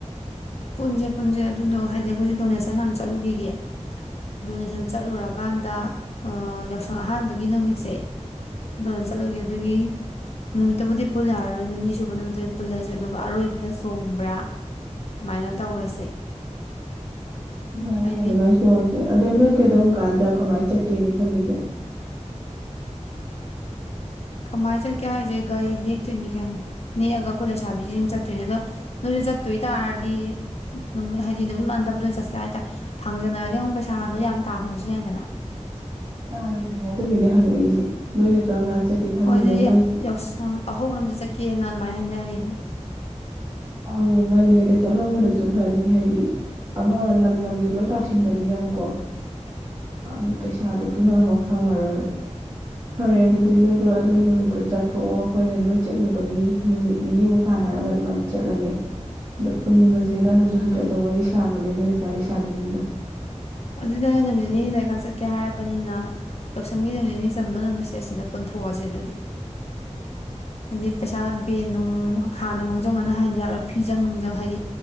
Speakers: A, on the left; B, on the right.
A: ꯄꯨꯟꯁꯦ ꯄꯨꯟꯁꯦ ꯑꯗꯨꯗꯣ ꯍꯥꯏꯗꯤ ꯑꯩꯈꯣꯏꯁꯦ ꯗꯣꯅꯦꯁꯟ ꯌꯥꯝ ꯆꯠꯂꯨꯈꯤꯒꯦ ꯗꯣꯅꯦꯁꯟ ꯆꯠꯂꯨꯔꯀꯥꯟꯗ ꯌꯥꯎꯁꯪ ꯑꯍꯥꯟꯕꯒꯤ ꯅꯨꯃꯤꯠꯁꯦ ꯗꯣꯅꯦꯁꯟ ꯆꯠꯂꯨꯒꯦ ꯑꯗꯨꯒꯤ ꯅꯨꯃꯤꯠꯇꯨꯕꯨꯗꯤ ꯄꯨꯜ ꯌꯥꯔꯔꯣꯏ ꯅꯤꯅꯤ ꯁꯨꯕ ꯅꯨꯃꯤꯠꯇꯨ ꯑꯣꯏꯅ ꯄꯨꯜꯂꯁꯦ ꯑꯗꯨꯒ ꯑꯔꯣꯏꯕꯗ ꯆꯣꯡꯕ꯭ꯔꯥ ꯁꯨꯃꯥꯏꯅ ꯇꯧꯔꯁꯦ
B: <unintelligible>
A: ꯍꯥꯏꯗꯤ
B: <unintelligible> ꯑꯗꯣ ꯅꯣꯏ ꯀꯩꯗꯧ ꯀꯥꯟꯗ ꯀꯃꯥꯏꯅ ꯆꯠꯀꯦꯗꯤ ꯈꯜꯂꯤꯒꯦ
A: ꯀꯃꯥꯏꯅ ꯆꯠꯀꯦ ꯍꯥꯏꯁꯦ ꯒꯥꯔꯤ ꯅꯦꯛꯇꯣꯏꯅꯤ ꯀꯅꯣ ꯅꯦꯛꯑꯒ ꯑꯩꯈꯣꯏ ꯂꯩꯁꯥꯕꯤꯁꯤ ꯆꯠꯇꯣꯏꯅꯦ ꯑꯗꯣ ꯅꯣꯏꯁꯨ ꯆꯠꯇꯣꯏ ꯇꯥꯔꯗꯤꯃꯤꯠ ꯍꯥꯏꯗꯤ ꯅꯨꯃꯤꯠ ꯃꯥꯟꯗꯕꯗ ꯑꯣꯏꯅ ꯆꯠꯁꯦ ꯍꯥꯏꯇꯥꯔꯦ ꯐꯪꯖꯅꯔꯗꯤ ꯑꯩꯉꯛ ꯄꯩꯁꯥꯗꯣ ꯌꯥꯝ ꯇꯥꯗꯕꯁꯨ ꯌꯥꯏꯗꯅ
B: ꯇꯥꯔꯨꯗ꯭ꯔꯤꯅꯦ ꯑꯗꯨꯒꯤꯗꯤ ꯍꯪꯉꯛꯏꯁꯦ ꯅꯣꯏꯅ ꯀꯔꯝ ꯀꯥꯟꯗ ꯆꯠꯀꯦ ꯈꯜꯂꯤꯅꯣ
A: ꯃꯣꯏꯗꯤ
B: ꯅꯣꯏ
A: ꯌꯥꯎꯁꯪ ꯑꯍꯧꯕꯅꯣꯝꯗ ꯆꯠꯀꯦꯅ ꯀꯃꯥꯏꯅ ꯍꯥꯏꯅꯔꯤꯛꯏꯅꯦ
B: ꯑ ꯉꯜꯂꯤꯉꯩꯗ ꯆꯠꯍꯧꯕꯗꯁꯨ ꯐꯅꯤ ꯍꯥꯏꯗꯤ ꯑꯃ ꯂꯝ ꯂꯝꯒꯤ ꯂꯣꯏ ꯂꯥꯛꯁꯤꯟꯕꯅꯤꯅꯕꯀꯣ ꯑꯗꯨ ꯄꯩꯁꯥꯗꯨ ꯄꯤꯍꯂꯐ ꯈꯪꯉꯔꯣꯏꯕ ꯐꯔꯦ ꯑꯗꯨꯗꯤ ꯅꯣꯏꯗꯣ ꯑꯗꯨꯒꯤ ꯅꯨꯃꯤꯠꯇꯣ ꯆꯠꯊꯣꯛꯑꯣ ꯑꯩꯈꯣꯏꯅ ꯅꯣꯏ ꯆꯠꯂꯨꯕꯒꯤ ꯅꯨꯃꯤꯠ ꯅꯤꯅꯤꯃꯨꯛ ꯀꯥꯟꯅꯔꯒ ꯑꯗꯨꯃꯥꯏꯅ ꯆꯠꯂꯒꯦ ꯑꯗꯣ ꯄꯨꯟꯕꯁꯦ ꯅꯪꯅꯁꯨ ꯍꯥꯏꯐꯦꯠꯇ ꯋꯥꯔꯤ ꯁꯥꯔꯣꯅꯦ ꯅꯣꯏ ꯂꯩꯀꯥꯏ ꯂꯩꯁꯥꯕꯤꯖꯤꯡꯗꯣ
A: ꯑꯗꯨꯗꯅꯦ ꯅꯨꯃꯤꯠ ꯅꯤꯅꯤ ꯂꯩꯔꯀꯥꯟ ꯆꯠꯀꯦ ꯍꯥꯏꯔꯕꯅꯤꯅ ꯌꯥꯎꯁꯪꯒꯤ ꯅꯨꯃꯤꯠ ꯅꯤꯅꯤ ꯆꯟꯕ ꯅꯨꯃꯤꯠꯁꯦ ꯑꯁꯤꯗ ꯄꯨꯟꯊꯣꯛꯑꯁꯦ ꯑꯗꯨꯗꯤ ꯍꯥꯏꯗꯤ ꯄꯩꯁꯥ ꯕꯦꯟ ꯅꯨꯡ ꯍꯥꯟꯅ ꯃꯥꯡꯖꯧꯅꯅ ꯍꯥꯏꯗ ꯌꯥꯎꯔ ꯐꯤꯖꯪ ꯅꯨꯡꯖꯪ ꯍꯥꯏꯗꯤ